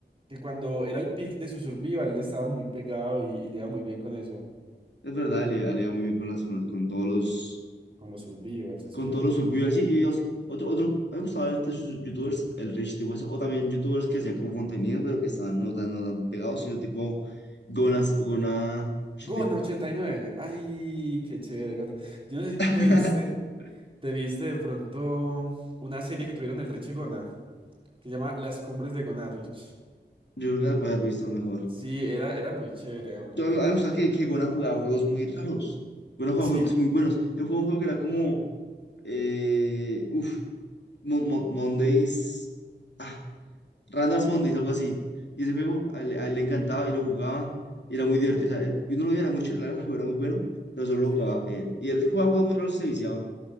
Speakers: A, on the right; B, on the left.
A: que cuando era el peak de su survival, él estaba muy pegado y, y le iba muy bien con eso
B: es verdad, le, da le da muy bien con las, con, las- con todos los,
A: con los survivals, es
B: con
A: que
B: todos
A: uf,
B: los survivors, y, y, o sea, otro, otro, a mí me gustaba ver estos yu- youtubers, el rich tipo eso, o también youtubers que hacían como contenido, pero que estaban no tan, no tan pegados, sino tipo, Gonas, Gona, Shite-
A: Gona 89, Ay, qué chévere, Gona. Yo no sé si
B: <laughs>
A: tú te viste, te viste de pronto una serie que tuvieron el Rich y Gona, que se llama Las Cumbres de Gona Rich.
B: yo creo que la puede haber visto mejor,
A: Sí, era, era muy chévere, hombre.
B: yo, a mí, a mí me gusta que, que Gona jugaba juegos muy raros, Gona jugaba
A: Sí,
B: juegos
A: que-
B: muy buenos, él jugaba un juego que era como, eh, uff, Mondays, ah, Randas Mondays, algo así. Y ese juego a él, a él le encantaba y lo jugaba y era muy divertido.
A: ajá.
B: O sea, y uno lo veía, era muy chévere, el juego era muy bueno, pero solo
A: Ok,
B: lo jugaba él. Y él jugaba juegos muy raros se viciaba.